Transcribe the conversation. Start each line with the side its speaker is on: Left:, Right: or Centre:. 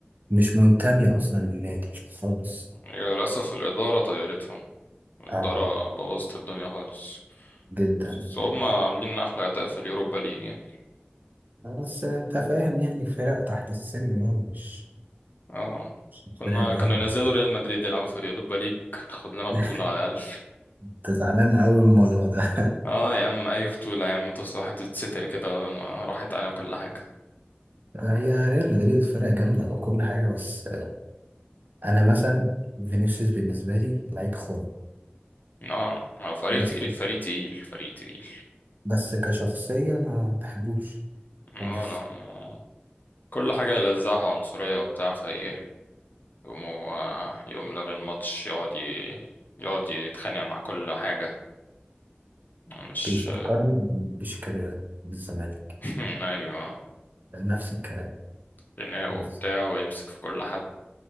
Right: مش منتمية أصلا للنادي خالص
Left: للأسف الإدارة طيرتهم الإدارة
Right: اه
Left: بوظت الدنيا خالص
Right: جدا
Left: بس
Right: جدا
Left: هم عاملين أحلى أداء في اليوروبا ليج يعني
Right: بس انت فاهم يعني فرق تحت السلم يعني مش
Left: اه
Right: مش الفرق
Left: كنا
Right: اللي
Left: كانوا
Right: هي
Left: ينزلوا ريال مدريد يلعبوا في اليوروبا ليج تاخد لنا بطولة
Right: <laughs>
Left: على الأقل
Right: انت زعلان قوي من الموضوع ده
Left: <laughs> اه يا عم أي بطولة يا عم تصل واحد يتستر كده بدل ما راحت على كل حاجة
Right: <laughs> هي ريال مدريد فرقة جامدة وكل حاجة بس أنا مثلا فينيسيوس بالنسبة لي لعيب خالص
Left: اه هو فريق
Right: بس
Left: فريق فريق تقيل فريق تقيل
Right: بس كشخصية ما بحبوش
Left: لا
Right: خالص
Left: لا ما- كل حاجة يلزقها عنصرية وبتاع فايه يقوم هو- يقوم لغي الماتش يقعد ي... يقعد يتخانق مع كل حاجة مش
Right: بيفكرني بشيكابالا من الزمالك
Left: <laughs> ايوه
Right: نفس الكلام
Left: خناق
Right: نفس
Left: وبتاع ويمسك في كل حد